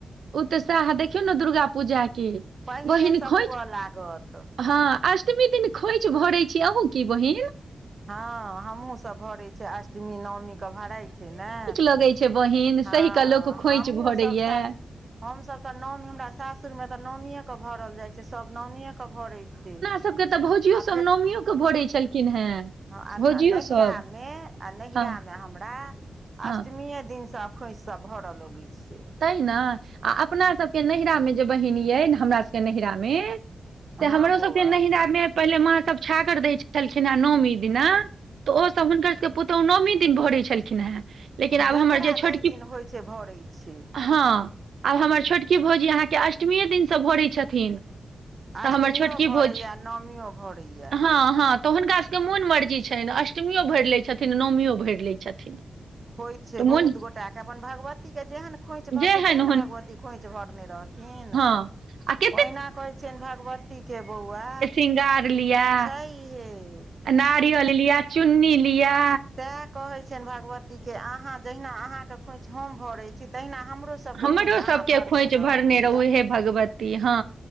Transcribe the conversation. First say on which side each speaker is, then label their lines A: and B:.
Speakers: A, on the right; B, on the right.
A: उत्साह देखियौ ने दुर्गा पूजा के
B: पहिलेसँ
A: बहिन खोंइछ।
B: हुअ लागत
A: हँ अष्टमी दिन खोंइछ भरै छी अन्हु की बहिन
B: हँ हमहूँ सभ भरैय छी अष्टमी नवमी के भराइ छै ने
A: लगैय छै बहिन
B: हँ
A: सहि कऽ लोक खोंइछ
B: हमहूं
A: भरैया
B: सभ सेह हम सभ तऽ नवमी हमरा सासुर मे तऽ नवमी ए के भरल जाइ छै सब नवमी ए के भरै छै।
A: हमर सभ के तऽ भौजियो
B: आ
A: सब नवमी यो के भरे छलखिन हेँ।
B: ह आ
A: भौजियो
B: नाहिरा
A: सब
B: मे आ नाहिरा
A: हँ
B: मे हमरा
A: हँ
B: अष्टमी ए दिन सँ खोयछ सब भरा लगैत छै।
A: ताहिना आ अपना सब के नाहिरा मे जे बहिन ये हमरा सब के नहीरा मे से
B: हँ
A: हमरो
B: बौआ
A: सभ के नहीरा पहिले माँ सभ छागर दैत छलखिन हेँ नवमी दिना तऽ ओ सभ हुनकर सभ के पुतहु नवमी दिन भरै छलखिन हेँ लेकिन
B: ह
A: आब
B: जकरा
A: हमर जे
B: जाहि
A: छोटकी
B: दिन होइत छै भराय छै।
A: हँ आब हमर छोटकी भौजी अहाँ के अष्टमीे ये दिन सँ भरे छथिन तऽ
B: अष्टमियो
A: हमर छोटकी
B: भरैए
A: भोजी
B: नवमियो भरैए
A: हँ हँ तऽ हुनका सभ के मोन मर्जी छयन अष्टमि ओ भरि लैय छथिन नवमी ओ भरि लैत छथिन
B: होइत छै
A: तऽ
B: बहुत
A: मोन
B: गोटाय के अपन भागवती पभागवती के जेहन खोइछ
A: जेहन
B: भरथिन तेहन भगवती खोइछ भरने रहथिन
A: अ् <inaudible>
B: ओहिना कहै छियन भगवती के बौआ
A: शङंगार लििया
B: छाहिए
A: <unintelligible> नारियल लिआ चुन्नी लिआ
B: सेह कहे छियन भगवती के अहाँ जहिना अहाँ के खोयाच हम भरे छी तहिना हमरो हमरो सब
A: हमरो
B: के खोयच
A: सबके
B: भरने
A: खोइछ
B: रहव
A: भरने
B: माईया
A: रहू हे भगवती हँ